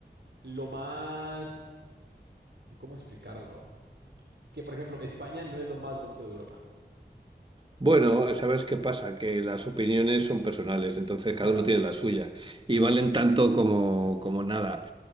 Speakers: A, on the right; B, on the right.
A: lo más, ¿cómo explicarlo? Que por ejemplo, España no es lo más bonito de Europa.
B: Bueno, ¿sabes qué pasa? Que las opiniones son personales, entonces
A: Claro,
B: cada uno tiene la suya
A: sí,
B: y
A: claro,
B: valen tanto como, como nada.